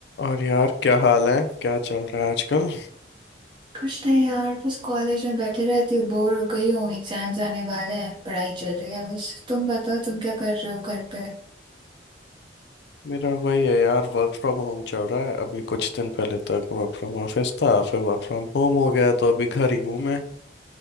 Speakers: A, on the left (about 65°); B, on the right (about 25°).
A: और यार क्या हाल है क्या चल रहा है आजकल
B: कुछ नहीं यार बस कॉलेज में बैठे रहती हूँ बोर हो गई हूँ एग्जाम्स आने वाले हैं पढ़ाई चल रही है बस तुम बताओ तुम क्या कर रहे हो घर पे
A: मेरा वही है यार वर्क फ्रॉम होम चल रहा है अभी कुछ दिन पहले तक वर्क फ्रॉम ऑफिस था फिर वर्क फ्रॉम होम हो गया तो अभी घर ही हूँ मैं